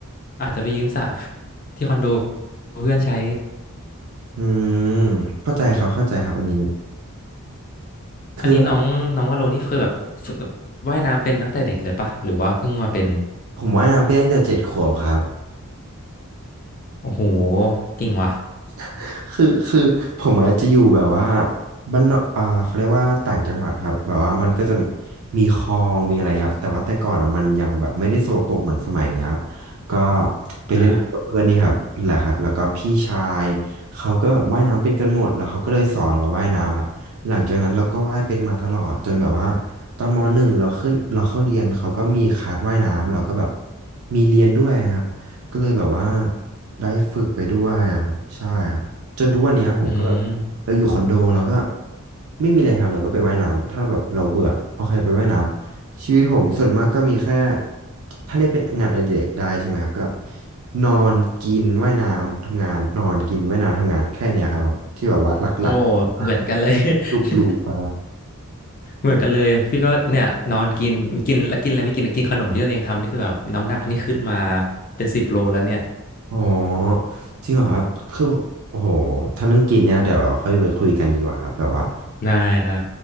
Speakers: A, on the left (about 40°); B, on the right (about 75°).
A: อาจจะไปยืมสระ <laughs> ที่คอนโดเพื่อนใช้
B: อืมเข้าใจครับเข้าใจครับอันนี้คือแบบ
A: อันนี้น้องน้องว่าโลนี่เคยแบบฝึกแบบว่ายน้ำเป็นตั้งแต่เด็กเลยปะหรือว่าเพิ่งมาเป็น
B: ผมว่ายน้ำเป็นตั้งแต่เจ็ดขวบครับ
A: โอ้โหเก่งว่ะ
B: <laughs> คือคือผมอาจจะอยู่แบบว่าบ้านนอกอ่าเขาเรียกว่าต่างจังหวัดครับแบบว่ามันก็จะมีมีคลองมีอะไรครับแต่ว่าแต่ก่อนอ่ะมันยังแบบไม่ได้สกปรกเหมือนสมัยเนี้ยครับก็ไปเล่นกับเพื่อนนี่ครับแหละครับแล้วก็พี่ชายเขาก็แบบว่ายน้ำเป็นกันหมดแล้วเขาก็เลยสอนเราว่ายน้ำครับหลังจากนั้นเราก็ว่ายเป็นมาตลอดจนแบบว่า
A: อ่า
B: ตอนมหนึ่งเราขึ้นเราเข้าเรียนเขาก็มีคลาสว่ายน้ำเราก็แบบมีเรียนด้วยครับ ก็เลยแบบว่าได้ฝึกไปด้วยอะครับใช่ครับจนทุกวันเนี้ยผมก็แบบเราอยู่คอนโดแล้วก็
A: อืม
B: ไม่มีอะไรทำเราก็ไปว่ายน้ำถ้าแบบเราเบื่อโอเคไปว่ายน้ำชีวิตผมส่วนมากก็มีแค่ถ้าเรียกเป็นงานอดิเรกได้ใช่ไหมครับก็นอนกินว่ายน้ำทำงานนอนกินว่ายน้ำทำงานแค่เนี้ยครับที่แบบว่าหลักๆแบบว่า
A: โอ้เหมือนกันเลย
B: รูปรูปไป
A: <laughs> เหมือนกันเลยพี่ก็เนี่ยนอนกินกินแล้วกินอะไรไม่กินกินขนมที่ตัวเองทำนี่คือแบบน้ำหนักนี่ขึ้นมาเป็นสิบโลแล้วเนี่ย
B: อ๋อจริงเหรอครับคือโอ้โหถ้าเรื่องกินเนี่ยเดี๋ยวเราค่อยไปคุยกันดีกว่าครับแบบว่า
A: ได้ได้